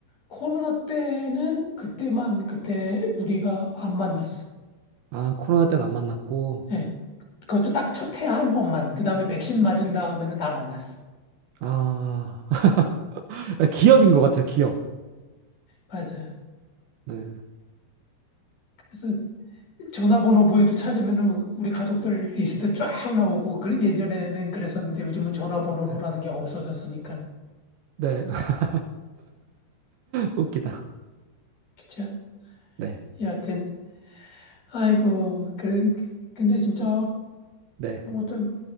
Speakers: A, on the left; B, on the right.
A: 코로나 때는 그때만 그때 우리가 안 만났어.
B: 아, 코로나 때는 안 만났고,
A: 예, 그것도 딱 첫 해 한 번만. 그 다음에 백신 맞은 다음에는 다 만났어.
B: 아, <laughs> 기업인 것 같아요, 기업.
A: 맞아.
B: 네.
A: 그래서 전화번호부에도 찾으면은 우리 가족들 리스트 쫙 나오고 그 예전에는 그랬었는데 요즘은 전화번호부라는
B: 네.
A: 게 없어졌으니까.
B: 네. <laughs> 웃기다.
A: 그쵸?
B: 네.
A: 여하튼 아이고 그래 근데 진짜
B: 네.
A: 뭐 어떤